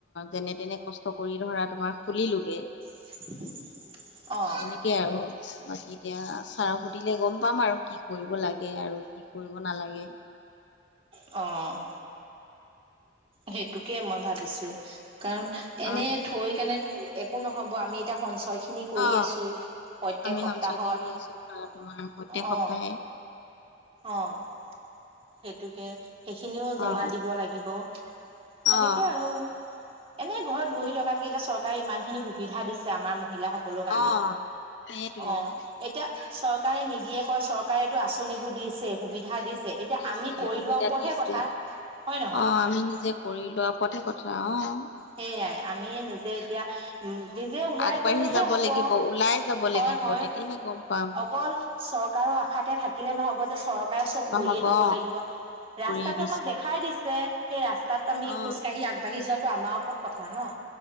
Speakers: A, on the left; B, on the right.
A: যেনে তেনে কষ্ট কৰি ধৰা তোমাৰ খুলিলোগে।
B: <inaudible>
A: <inaudible>
B: অ',
A: তাকে আৰু বাকী এতিয়া চাৰক সুধিলে গম পাম আৰু কি কৰিব লাগে আৰু। কি কৰিব নালাগে।
B: অ'। সেইটোকে মই ভাবিছো কাৰণ এনে
A: অ
B: থৈ কেনেতো একো নহব আমি এতিয়া সঞ্চয় খিনিক কৰি
A: অ
B: আছোঁ প্ৰত্যেক
A: আমি
B: সপ্তাহত
A: সঞ্চয় কৰি আছো ধৰা তোমাৰ প্ৰত্যেক সপ্তাহে
B: অঁ' অঁ', সেইটোকে সেইখিনিও জমা
A: অ
B: দিব লাগিব। সেনেকে
A: অ
B: আৰু। এনেই ঘৰত বহি থকাতকে এতিয়া চৰকাৰে ইমান খিনি সুবিধা দিছে আমাৰ মহিলাসকল সকলো কাৰণে
A: অ সেইটোৱে
B: অ'
A: আৰু
B: এতিয়া চৰকাৰে নিদিয়ে কয় চৰকাৰে এইটো আঁচনিবোৰ দিছে সুবিধা দিছে। এতিয়া
A: দিছে
B: আমি কৰি
A: সুবিধা
B: লোৱাৰ ওপৰতহে
A: দিছে
B: কথা। হয় নহয়?
A: অ', আমি নিজে কৰি লোৱাৰ ওপৰতহে কথা অ'।
B: সেয়াই আমি নিজে এতিয়া নিজে ওলাই
A: আগবাঢ়ি
B: গলেহে
A: যাব
B: হ'ব
A: লাগিব ওলাই যাব
B: হয়
A: লাগিব
B: হয়
A: তেতিয়াহে গম পাম
B: অকল চৰকাৰৰ আশাতে থাকিলে নহব যে চৰকাৰ চব
A: নহব
B: কৰিয়ে দিব
A: অ
B: লাগিব ৰাস্তাটো
A: কৰিয়ে দিছে
B: আমাক দেখাই দি সেই ৰাস্তাত ত আমি
A: অ
B: খোজকাঢ়ি আগবাঢ়ি যোৱাটো আমাৰ ওপৰত কথা ন।